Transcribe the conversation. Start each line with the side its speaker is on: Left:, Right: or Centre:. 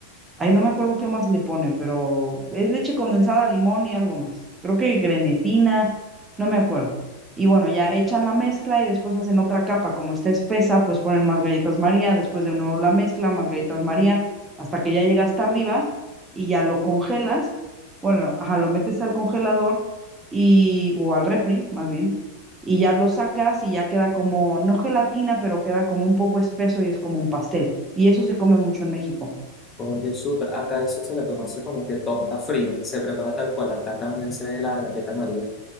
Right: Ahí no me acuerdo qué más le ponen, pero es leche condensada, limón y algo más. Creo que grenetina, no me acuerdo. Y bueno, ya echan la mezcla y después hacen otra capa. Como está espesa, pues ponen más galletas María, después de nuevo la mezcla, más galletas María, hasta que ya llega hasta arriba y ya lo congelas. Bueno, ajá, lo metes al congelador y, o al refri, más bien, y ya lo sacas y ya queda como, no gelatina, pero queda como un poco espeso y es como un pastel. Y eso se come mucho en México.
Left: Oye, súper, acá eso se le conoce como que torta fría, se prepara tal cual, acá también se ve la galleta María,